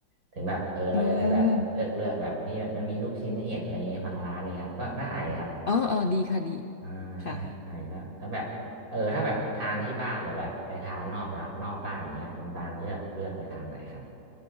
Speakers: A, on the right; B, on the left.
A: ถึงแบบเออเราจะได้แบบเลือกเลือกแบบบางที่แบบมันมีลูกชิ้นเห็ดอะไรอย่างนี้บางร้านนี่ครับก็ได้ครับ
B: <laughs> อืมอ๋ออ๋อดีค่ะดี
A: อ่าใช่ใช่แล้วแล้วแบบเออถ้าแบบทานที่บ้านหรือแบบไปทานนอกละนอกบ้านเงี้ยคุณบางเลือกเลือกไปทานไหนครับ
B: ค่ะ